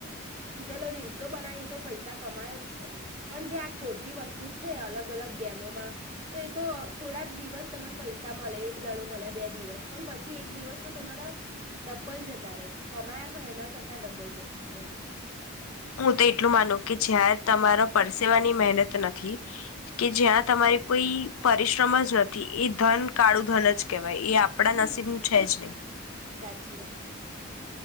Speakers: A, on the right; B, on the left.
A: ચલો રીલ્સો બનાવીને તો પૈસા કમાય જ છે. પણ જે આ ખોટી વસ્તુ છે અલગ અલગ ગેમોમાં તો એ તો થોડાક દિવસ તમને પૈસા મળે એક દડો મળે બે દિવસ પણ પછી એક દિવસ તો તમારા ડબ્બલ જતા રહેે કમાયા હોય એના કરતા ડબ્બલ જતા રહેે એમ.
B: હું તો એટલું માનું કે જ્યાં તમારા પરસેવાની મહેનત નથી કે જ્યાં તમારી કોઈ પરિશ્રમ જ નથી એ ધન કાળુ ધન જ કેહે વાય એ આપડા
A: હમ
B: નસીબનું છે જ નહી.
A: સાચી વાત છે